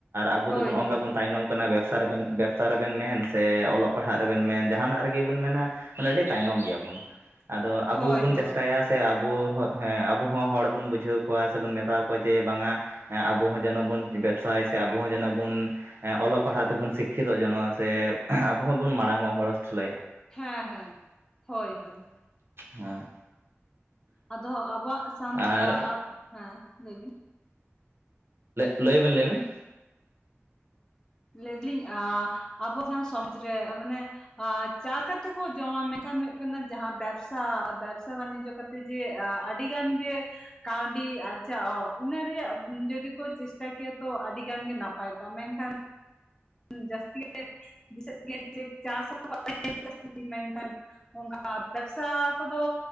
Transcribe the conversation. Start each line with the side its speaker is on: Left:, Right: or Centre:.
Right: ᱟᱵᱚ
Left: ᱦᱳᱭ
Right: ᱫᱚᱱ
Left: ᱦᱳᱭ
Right: ᱚᱝᱜᱟ ᱵᱚᱱ᱾ ᱛᱟᱭᱱᱚᱢ ᱠᱟᱱᱟ, ᱵᱮᱵᱽᱥᱟ ᱨᱮᱵᱮᱱ ᱵᱮᱵᱽᱥᱟ ᱨᱮᱵᱮᱱ ᱢᱮᱱ ᱥᱮ ᱚᱞᱚᱜ ᱯᱟᱲᱦᱟᱜ ᱨᱮᱵᱮᱱ ᱢᱮᱱ ᱡᱟᱦᱟᱱᱟᱜ ᱨᱮᱜᱮᱵᱮᱱ ᱢᱮᱱᱟ, ᱢᱟᱱᱮ ᱟᱹᱰᱤ ᱛᱟᱭᱱᱚᱢ ᱜᱮᱭᱟᱵᱚᱱ, ᱟᱫᱚ ᱟᱵᱚ
Left: ᱦᱳᱭ
Right: ᱵᱚᱱ
Left: ᱦᱳᱭ
Right: ᱪᱮᱥᱴᱟᱭᱟ ᱥᱮ ᱟᱵᱚᱸ ᱦᱚᱜ ᱦᱮᱸ ᱟᱵᱚ ᱦᱚᱸ ᱦᱚᱲ ᱵᱚᱱ ᱵᱩᱡᱷᱟᱹᱣ ᱠᱚᱣᱟ ᱥᱮᱵᱚᱱ ᱢᱮᱛᱟᱣ ᱠᱚᱣᱟ ᱡᱮ ᱵᱟᱝᱟ ᱮᱸ ᱟᱵᱚ ᱦᱚᱸ ᱡᱮᱱᱚ ᱵᱚᱱ ᱵᱮᱵᱽᱥᱟᱭ, ᱥᱮ ᱟᱵᱚ ᱦᱚᱸ ᱡᱮᱱᱚ ᱵᱚᱱ ᱚᱞᱚᱜ ᱯᱟᱲᱦᱟᱜ ᱛᱮᱵᱚᱱ ᱥᱤᱠᱠᱷᱤᱛᱚᱜ ᱡᱮ ᱱᱚᱣᱟ ᱥᱮ ᱟᱵᱚ ᱦᱚᱸᱵᱚᱱ ᱢᱟᱲᱟᱝ ᱚᱜ ᱦᱚᱲ ᱥᱮᱞᱮ,
Left: ᱦᱮᱸ ᱦᱮᱸ ᱦᱳᱭ ᱦᱳᱭ᱾
Right: ᱦᱮᱸ
Left: ᱟᱫᱚ ᱟᱵᱚᱣᱟᱜ ᱥᱟᱱ
Right: ᱟᱨ
Left: ᱟ ᱟᱜ ᱦᱮᱸ ᱞᱮᱭ ᱵᱤᱱ
Right: ᱞᱮᱭ ᱵᱮᱱ ᱞᱮᱭ ᱵᱮᱱ
Left: ᱞᱮᱭᱫᱟᱞᱤᱧ ᱟ ᱟᱵᱚ ᱡᱟᱦᱟᱸ ᱥᱚᱢᱟᱡᱽ ᱨᱮ ᱢᱟᱱᱮ ᱟᱨ ᱪᱟ ᱠᱟᱛᱮ ᱠᱚ ᱡᱚᱢᱟ ᱢᱮᱱᱠᱷᱟᱱ ᱦᱩᱭᱩᱜ ᱠᱟᱱᱟ ᱡᱟᱦᱟᱸ ᱵᱮᱵᱥᱟ ᱵᱮᱵᱥᱟ ᱵᱟᱱᱤᱡᱽᱡᱚ ᱠᱟ ᱡᱮ ᱟ ᱟᱹᱰᱤ ᱜᱟᱱ ᱜᱮ ᱠᱟᱹᱣᱰᱤ ᱟᱨᱡᱟᱣ ᱤᱱᱟᱹ ᱨᱮᱭᱟᱜ ᱡᱩᱫᱤ ᱠᱚ ᱪᱮᱥᱴᱟ ᱠᱮᱭᱟ ᱛᱚ ᱟᱹᱰᱤᱜᱟᱱ ᱜᱮ ᱱᱟᱯᱟᱭ ᱠᱚᱜᱼᱟ ᱢᱮᱱ ᱠᱷᱟᱱ <inaudible> ᱚᱝᱠᱟ ᱵᱮᱵᱥᱟ ᱠᱚ ᱫᱚ